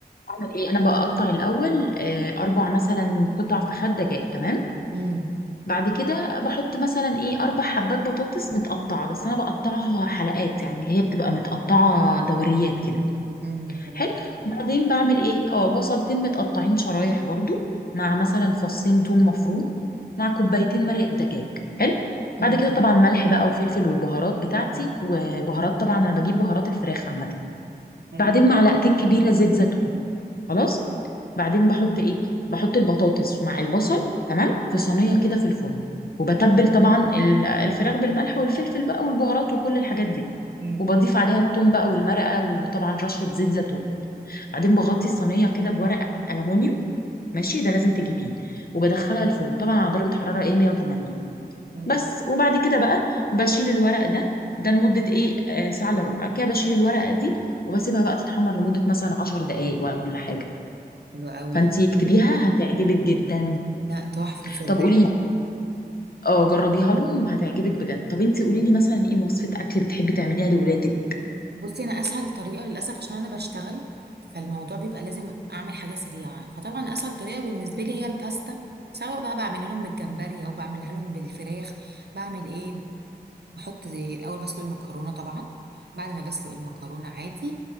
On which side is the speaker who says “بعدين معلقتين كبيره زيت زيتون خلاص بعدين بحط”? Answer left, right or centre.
Left